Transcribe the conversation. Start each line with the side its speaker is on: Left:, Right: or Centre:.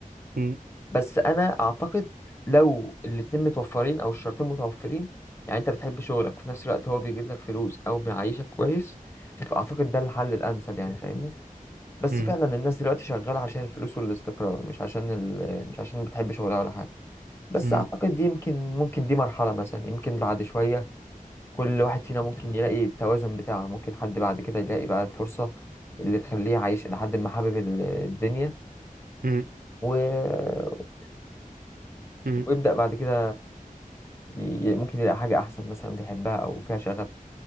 Right: امم
Left: بس انا اعتقد لو الاتنين متوفرين او الشرطين متوفرين يعني انت بتحب شغلك وفي نفس الوقت هو بيجيب لك فلوس او بيعيشك كويس فاعتقد ده الحل الامثل يعني فاهمني بس
Right: امم
Left: فعلا الناس دلوقتي شغالة عشان الفلوس والاستقرار مش عشان ال... مش عشان بتحب شغلها ولا حاجة بس
Right: امم
Left: أعتقد دي يمكن ممكن دي مرحلة مثلا يمكن بعد شوية كل واحد فينا ممكن يلاقي التوازن بتاعه ممكن حد بعد كده يلاقي بقى الفرصة اللي تخليه عايش إلى حد ما حابب ال- الدنيا
Right: امم
Left: وبس
Right: امم
Left: ويبدأ بعد كده ي... ي- ممكن يلاقي حاجة أحسن مثلا بيحبها أو فيها شغف